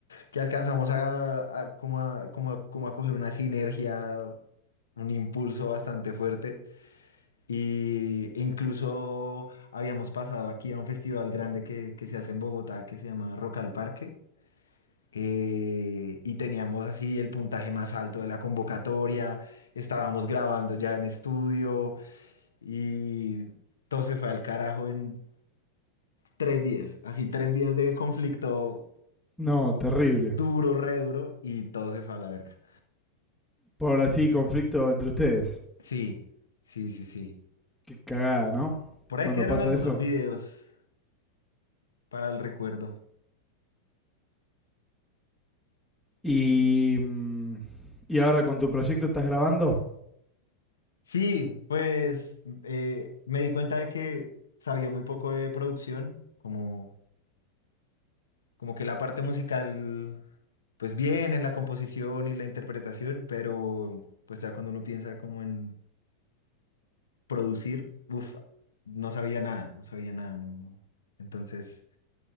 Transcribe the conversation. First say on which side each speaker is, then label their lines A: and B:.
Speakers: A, on the left; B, in the centre.
A: que alcanzamos a, a- como a, como a- como a coger una sinergia, un impulso bastante fuerte. Y e incluso habíamos pasado aquí a un festival grande que, que se hace en Bogotá que se llama Rock al Parque. eh, y teníamos así el puntaje más alto de la convocatoria. Estábamos grabando ya en estudio y todo se fue al carajo en tres días. Así tres días de conflicto
B: No, terrible.
A: duro, re duro y todo se fue a la verga.
B: Por así conflicto entre ustedes.
A: Sí, sí, sí, sí.
B: Qué cagada, ¿no?
A: Por ahí
B: Cuando
A: quedaron
B: pasa
A: algunos
B: eso.
A: videos para el recuerdo.
B: Y mm, y ahora con tu proyecto estás grabando.
A: Sí, pues eh, me di cuenta de que sabía muy poco de producción, como, como que la parte musical, pues bien en la composición y la interpretación, pero pues ya cuando uno piensa como en producir, uff, no sabía nada, no sabía nada, no, no. Entonces,